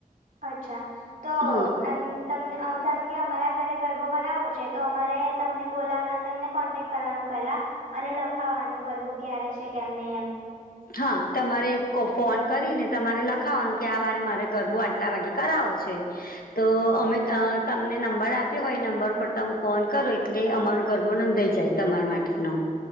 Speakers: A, on the right; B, on the left.
A: અચ્છા, તો
B: હા
A: એમ તમને અમ ધારો કે અમારા ઘરે ગરબો કરાવવો છે તો અમારે તમને બોલાવવા તમને કોન્ટેક કરવાનો પહેલાં અને લખાવાનું ગરબો ક્યારે છે કેમ નઈ એમ.
B: હા, તમારે ફોન કરીને તમારે લખાવાનું કે આ વારે મારે ગરબો આટલા વાગે કરાવો છે. તો અમે અ તમને નંબર આપ્યો હોય એ નંબર ઉપર તમે ફોન કરો એટલે અમારો ગરબો નોંધાઈ જાય. તમાર માટેનો.